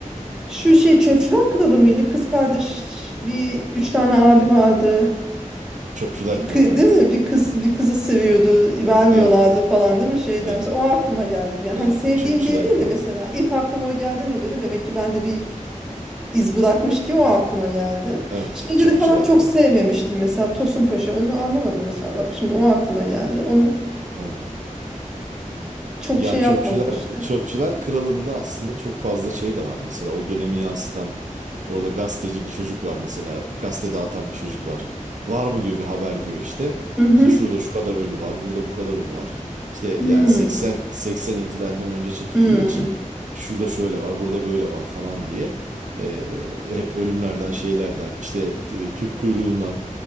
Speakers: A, in the centre; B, on the right.
A: şu şey Çöpçüler Kralı mıydı? Kız kardeş bir üç tane abi vardı.
B: Çöpçüler
A: Bir
B: Kralı
A: kı-
B: evet.
A: değil mi? Bir kız bir kızı seviyordu, vermiyorlardı
B: Evet.
A: falan değil mi? Şeyden
B: Evet.
A: mesela o aklıma geldi bir. an. Hani
B: evet.
A: sevdiğim
B: Çöpçüler
A: diye değil
B: Kralı.
A: de mesela ilk aklıma o geldiğine göre demek ki ben de bir iz bırakmış ki o aklıma geldi.
B: Evet.
A: Şeyleri
B: Çöpçüler
A: falan çok
B: Kralı.
A: sevmemiştim mesela Tosun Paşa onu anlamadım mesela bak şimdi o aklıma geldi. Onu
B: Hı.
A: çok
B: Ya
A: şey yapmamıştı.
B: çöpçüler çöpçüler kralında aslında çok fazla şey de var. Mesela o dönemi yansıtan orada gazeteci bir çocuk var mesela gazete dağıtan bir çocuk var. Var mı diyor bir haber diyor işte.
A: Hı hı.
B: İşte şurada şu kadar ölü var, burada bu kadar ölü var. İşte
A: Hmm.
B: yani 80 80 ihtilalinden önce çekildiği
A: Hmm.
B: için şurada şöyle var, burada böyle var falan diye eee, hep ölümlerden şeylerden işte e, tüp kuyruğundan